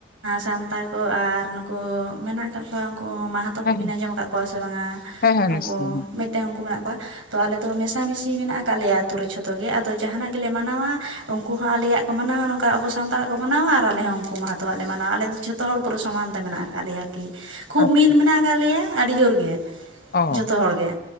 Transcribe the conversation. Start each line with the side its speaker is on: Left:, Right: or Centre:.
Right: ᱥᱟᱱᱛᱟᱲ ᱟᱨ ᱱᱩᱠᱩ ᱢᱮᱱᱟᱜ ᱟᱠᱟᱫ ᱠᱚᱣᱟ ᱩᱱᱠᱩ ᱢᱟᱦᱟ ᱡᱟᱦᱟᱛᱚ
Left: ᱦᱮᱸ
Right: ᱠᱚ ᱵᱤᱱ
Left: ᱦᱮᱸ
Right: ᱟᱸᱡᱚᱢ ᱟᱠᱟᱫ ᱠᱚᱣᱟ ᱥᱮ ᱵᱟᱝᱟ
Left: ᱦᱮᱸ ᱦᱮᱸ
Right: ᱩᱱᱠᱩ
Left: ᱱᱤᱥᱪᱚᱭ
Right: ᱢᱤᱫᱴᱮᱱ ᱩᱱᱠᱩ ᱢᱮᱱᱟᱜ ᱠᱚᱣᱟ᱾ ᱛᱚ ᱟᱞᱮ ᱫᱚ ᱢᱮᱥᱟᱢᱤᱥᱤ ᱢᱮᱱᱟᱜ ᱟᱠᱟᱫ ᱞᱮᱭᱟ ᱟᱹᱛᱩ ᱨᱮ ᱡᱷᱚᱛᱚ ᱜᱮ ᱛᱚ ᱡᱟᱦᱟᱱᱟᱜ ᱜᱮᱞᱮ ᱢᱟᱱᱟᱣᱟ ᱩᱱᱠᱩ ᱦᱚᱸ ᱟᱞᱮᱭᱟᱜ ᱠᱚ ᱢᱟᱱᱟᱣᱟ ᱱᱚᱝᱠᱟ ᱟᱵᱚ ᱥᱟᱱᱛᱟᱲᱟᱜ ᱠᱚ ᱢᱟᱱᱟᱣᱟ ᱟᱨ ᱟᱞᱮ ᱦᱚᱸ ᱩᱱᱠᱚ ᱢᱟᱦᱟᱛᱚ ᱡᱷᱚᱛᱚᱣᱟᱜ ᱞᱮ ᱢᱟᱱᱟᱣᱟ ᱟᱞᱮ ᱡᱷᱚᱛᱚ ᱦᱚᱲ ᱯᱩᱨᱟᱹ ᱥᱚᱢᱟᱱ ᱛᱮ ᱢᱮᱱᱟᱜ ᱟᱠᱟᱫ ᱞᱮᱭᱟ ᱟᱨᱠᱤ ᱠᱷᱩᱵ
Left: ᱟᱪᱪᱷᱟ
Right: ᱢᱤᱞ ᱢᱮᱱᱟᱜ ᱟᱠᱟᱫ ᱞᱮᱭᱟ ᱟᱹᱰᱤ ᱡᱳᱨ ᱜᱮ
Left: ᱚ
Right: ᱡᱷᱚᱛᱚ ᱦᱚᱲᱜᱮ